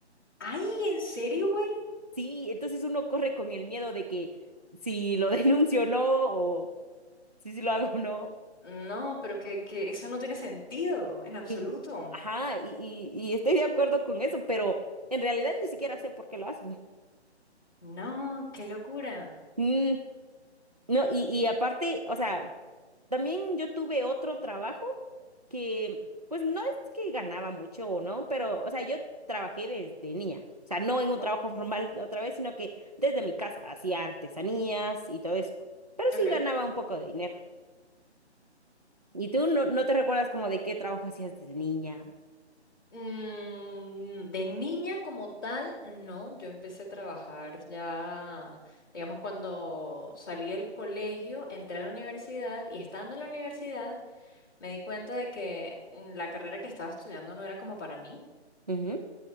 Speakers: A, on the left (about 20°); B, on the right (about 35°).
A: Ay, ¿en serio, güey?
B: Sí, entonces uno corre con el miedo de que si lo <laughs> denuncio o no, o si, si lo hago o no.
A: No, pero que, que eso no tiene sentido en absoluto.
B: Y, ajá, y, y, y estoy de acuerdo con eso, pero en realidad ni siquiera sé por qué lo hacen.
A: No, qué locura.
B: Mm, no, y, y aparte, o sea, también yo tuve otro trabajo que, pues no es que ganaba mucho o no, pero, o sea, yo trabajé desde niña. O sea, no en un
A: No,
B: trabajo <laughs> formal otra vez, sino que desde mi casa hacía artesanías y todo eso. Pero
A: ok.
B: sí ganaba un poco de dinero. ¿Y tú no, no te recuerdas como de qué trabajo hacías desde niña?
A: Mm, de niña como tal, no. Yo empecé a trabajar ya, digamos, cuando salí del colegio, entré a la universidad y estando en la universidad me di cuenta de que mm, la carrera que estaba estudiando no era como para mí.
B: Ujú.